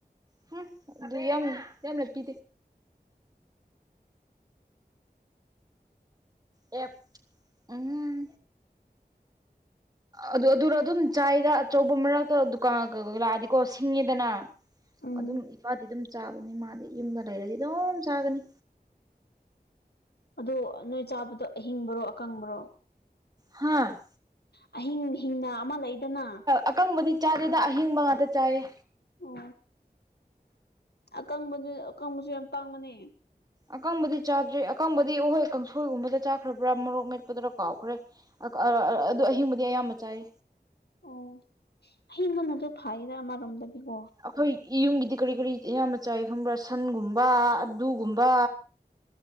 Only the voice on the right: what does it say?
ꯍꯨꯝ ꯑꯗꯨ ꯌꯥꯝ ꯌꯥꯝꯅ ꯄꯤ ꯑꯦꯐ ꯎꯝ ꯑꯗꯨ ꯑꯗꯨꯔ ꯑꯗꯨꯝ ꯆꯥꯏꯗ ꯑꯆꯧꯕ ꯃꯔꯛꯇꯥ ꯂꯥꯛꯑꯗꯤꯀꯣ ꯁꯤꯡꯉꯦꯗꯅ
ꯑꯗꯨꯝ ꯏꯄꯥꯗꯤ ꯑꯗꯨꯝ ꯆꯥꯕꯅꯤ ꯃꯥꯗꯤ ꯌꯨꯝꯗ ꯂꯩꯔꯗꯤ ꯑꯗꯨꯝ ꯆꯥꯒꯅꯤ
ꯍꯥꯥ
ꯑꯀꯪꯕꯗꯤ ꯆꯥꯗꯦꯗ ꯑꯍꯤꯡꯕ ꯉꯥꯛꯇ ꯆꯥꯏꯌꯦ
ꯑꯀꯪꯕꯗꯤ ꯆꯥꯗ꯭ꯔꯤ ꯑꯀꯪꯕꯗꯤ ꯑꯍꯣꯏ ꯀꯥꯡꯁꯣꯏꯒꯨꯝꯕꯗ ꯆꯥꯈ꯭ꯔꯕ꯭ꯔꯥ ꯃꯔꯣꯛ ꯃꯦꯠꯄꯗꯔꯥ ꯀꯥꯎꯈ꯭ꯔꯦ <unintelligible> ꯑꯗꯨ ꯑꯍꯤꯡꯕꯗꯤ ꯑꯌꯥꯝꯕ ꯆꯥꯏ
ꯑꯩꯈꯣꯏ ꯌꯨꯝꯒꯤꯗꯤ ꯀꯔꯤ ꯀꯔꯤ ꯑꯌꯥꯝꯕ ꯆꯥꯏ ꯈꯪꯕ꯭ꯔꯥ ꯁꯟꯒꯨꯝꯕ ꯑꯗꯨꯒꯨꯝꯕ